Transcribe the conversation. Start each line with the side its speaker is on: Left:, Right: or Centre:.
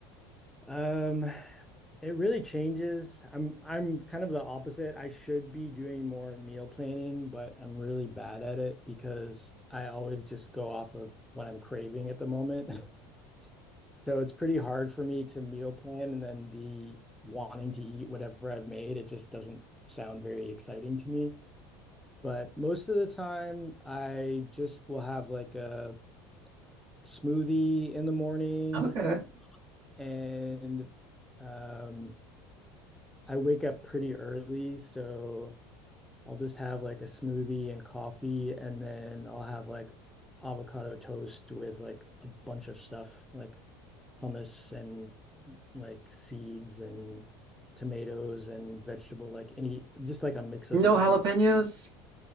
Centre: um It really changes. I'm I'm kind of the opposite. I should be doing more meal planning, but I'm really bad at it because I always just go off of what I'm craving at the moment. <laughs> So it's pretty hard for me to meal plan and then be wanting to eat whatever I've made. It just doesn't sound very exciting to me. But most of the time, I just will have like a smoothie in the morning
Right: Okay.
Centre: and um I wake up pretty early, so I'll just have like a smoothie and coffee, and then I'll have like avocado toast with like a bunch of stuff, like hummus and like seeds and tomatoes and vegetable, like any just like a mix of stuff.
Right: No jalapenos?